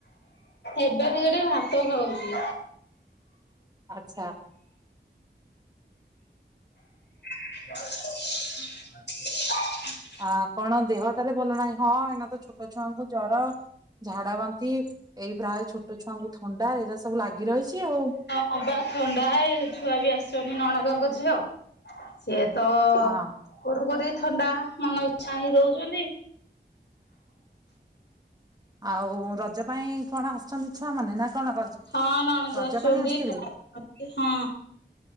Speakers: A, on the left; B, on the right.
A: ଏବେ ଟିକେ ଟିକେ ଭାତ ଖାଉଚି।
B: ଆଚ୍ଛା।
A: ଆ <inaudible>
B: ଆ କଣ ଦେହ ତାହେଲେ ଭଲ ନାହିଁ ହଁ ଏଇନା ତ ଛୋଟ ଛୁଆଙ୍କୁ ଜର। ଝାଡା ବାନ୍ତି ଏଇ ପ୍ରାୟ ଛୋଟ ଛୁଆଙ୍କୁ ଥଣ୍ଡା ଏରା ସବୁ ଲାଗି ରହିଛି ଆଉ।
A: ହଁ ବା ଥଣ୍ଡା ଏ ଛୁଆ ବି ଆସିଛନ୍ତି ନଣନ୍ଦଙ୍କ ଝିଅ। ସେ ତ
B: ହଁ
A: ଗୋରୁ ଗରି ଥଣ୍ଡା ମନ ଇଚ୍ଛା ହେଇ ଦଉଛନ୍ତି।
B: ଆଉ ରଜ ପାଇଁ କଣ ଆସିଛନ୍ତି ଛୁଆମାନେ ନା କଣ ରଜ,
A: ହଁ ନଣନ୍ଦ
B: ରଜ
A: ଆସିଛନ୍ତି
B: ପାଇଁ ଆସିଥିଲେ?
A: ହଁ।